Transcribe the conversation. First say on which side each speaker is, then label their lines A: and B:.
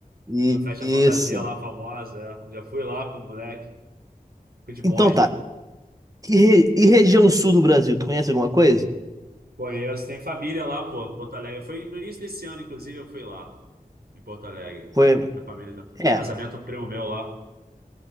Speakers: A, on the right; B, on the right.
A: I-
B: a festa
A: Isso.
B: fantasia lá famosa. é. Já fui lá quando moleque. Fui de monge.
A: Então tá. E, re- e região sul do Brasil, tu conhece alguma coisa?
B: Conheço, tem família lá, pô, Porto Alegre. Foi no início desse ano, inclusive, eu fui lá, em Porto Alegre.
A: Foi.
B: Minha família, já-
A: É.
B: casamento do primo meu lá.